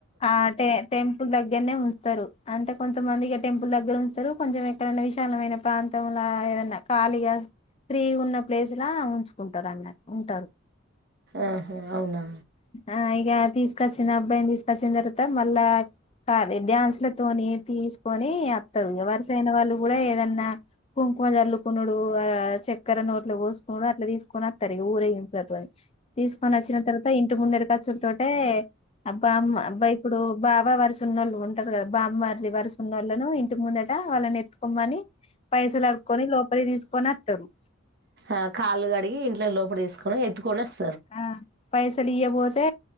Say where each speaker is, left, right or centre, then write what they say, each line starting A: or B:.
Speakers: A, on the left; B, on the right.
A: ఆ టె టెంపుల్ దగ్ గ్గరనే ఉంతారు అంటే కొంచెమంది ఇగ టెంపుల్ దగ్గర ఉంచరు కొంచెం ఎక్కడన్నా విశాలమైన ప్రాంతం లాగేదన్నా ఖాళీగా ఫ్రీ ఉన్న ప్లేస్లా ఉంచుకుంటారు అన్నట్ ఉంటరు
B: ఆహా అవునా
A: ఆ ఇగ తీసుకొచ్చిన అబ్బాయిని తీస్ వచ్చిన తర్వాత మళ్ళా కాది డ్యాన్స్లతోని తీసుకొని అత్తారు ఇగ వరసైన వాళ్ళు కూడా ఏదన్నా కుంకుమ జల్లుకునుడు ఆ చక్కరనోట్ల పోసుకొనుడు అట్లా తీసుకొనత్తరు ఇగ ఊరేగింపులతోని తీసుకోనచ్చిన తర్వాత ఇంటిముందకచ్చుడు తోటే అబ్ బామ్మ అబ్బా ఇప్పుడు బావ వరుసున్నోళ్ళు ఉంటారు కదా బామ్మరిది వరుసున్నోళ్ళను ఇంటి ముందట వాళ్ళని ఎత్తుకోమని పైసలు అడుక్కొని లోపలికి తీసుకోనత్తరు
B: ఆ కాళ్ళు కడిగి ఇంట్లో లోపటికి తీసుకొని ఎత్తుకొని వస్
A: ఆ పైసలుయపోతే